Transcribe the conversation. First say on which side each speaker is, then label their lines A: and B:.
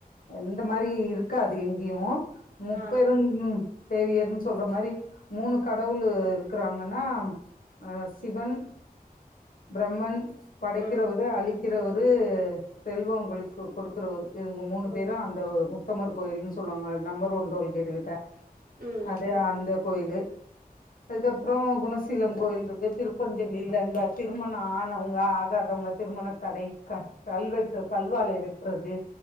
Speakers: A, on the left (about 65°); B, on the right (about 70°).
A: எந்த மாரி இரு க்காது எங்கியு முப்பெரும்
B: ஆ
A: தேவியர்ன் சொல்ற மாரி மூனு கடவுள் இருக்கிறாங்கன்னா அ சிவன் பிரம்மன் படைக்கிறவரு
B: ம்
A: அழி கிறவரு செல்வ உங்களுக்கு குடுக்கறவரு து இவுங்க மூனு
B: ம்
A: பேரு அந்த மு உத்தமர் கோயிலுன் சொல்லுவாங்க நம்மர் <unintelligible> கேட்டு கிட் தா
B: ம்
A: அது அந்த கோயிலு அதுக்கப்புறோ குணசீலம் கோயில் இருக்கு திருப்பஞ்சலில அந்த திருமணோ ஆனவங்க ஆகாதவங்க திருமண தடை கல் கல்வெட்டு கல்வாலை வெட்டுறது